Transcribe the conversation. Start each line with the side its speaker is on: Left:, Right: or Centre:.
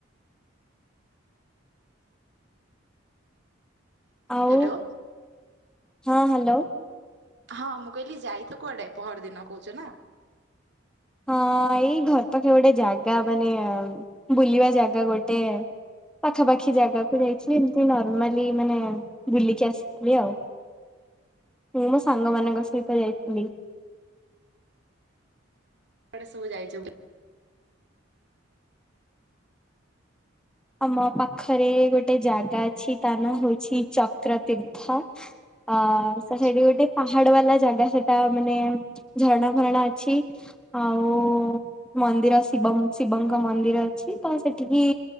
Centre: ଆଉ
Right: ହ୍ୟାଲୋ
Centre: ହଁ ହାଲୋ।
Right: ହଁ ମୁଁ କହିଲି ଯାଇଥିଲ କୁଆଡ଼େ ପହର ଦିନ କହୁଚା ନା।
Centre: ହଁ ଏଇ ଘର ପାଖେ ଗୋଟେ ଜାଗା ମାନେ ବୁଲିବା ଜାଗା ଗୋଟେ ପାଖାପାଖି ଜାଗାକୁ ଯାଇଥିଲି। ଏମିତି ନର୍ମାଲି ମାନେ ବୁଲିକି ଆସି ଥିଲି ଆଉ ମୁଁ ମୋ ସାଙ୍ଗ ମାନଙ୍କ ସହିତ ଯାଇଥିଲି।
Right: କୁଆଡେ଼ ସବୁ ଯାଇଚ ବୁଲି?
Centre: ଆମ ପାଖରେ ଗୋଟେ ଜାଗା ଅଛି ତା ନାଁ ହଉଛି ଚକ୍ର ତୀର୍ଥ। ଅ
Right: ଆଚ୍ଛା
Centre: ସେଇଠି ଗୋଟେ ପାହାଡ ବାଲା ଜାଗା ସେଟା ମାନେ ଝରଣା ଫରଣା ଅଛି। ଆଉ ମନ୍ଦିର ଶିବ ଶିବଙ୍କ ମନ୍ଦିର ଅଛି ତ ସେଠିକି